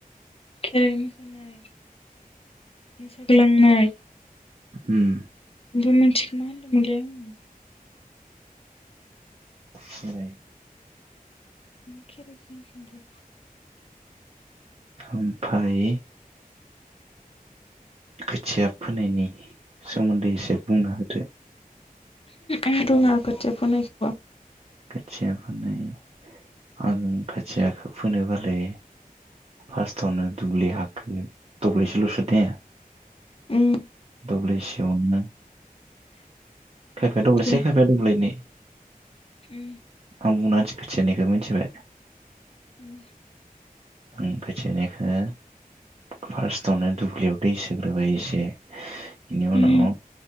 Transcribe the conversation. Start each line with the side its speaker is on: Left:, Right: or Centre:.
Left: खेराइ मोसानाय मोसाग्लांनाय
Right: उम
Left: ओमफ्राय मोनसेखौ मा होदोंमोनलाय आङो
Right: खेराय
Left: उम खेरायखौ होनखांबाय
Right: ओमफ्राय खोथिया फोनायनि सोमोन्दै एसे बुंना होदो
Left: आं रोङा खोथिया फोनायखोबा
Right: खोथिया फोनाय आं खाथियाखौ फोनो बालाय फार्स्टावनो दुब्लि हाखो दब्लायसेलसो दाया
Left: उम
Right: दब्लाइसेयावनो खायफाया दब्लायसे
Left: दे
Right: खायफाया दब्लायनै
Left: उम
Right: आं बुंनानै होन <unintelligible> मिनथिबाय
Left: उम
Right: उम खोथियानिखो फार्स्टावनो दुब्लियाव दै सोग्रोबाय एसे इनि उनाव
Left: उम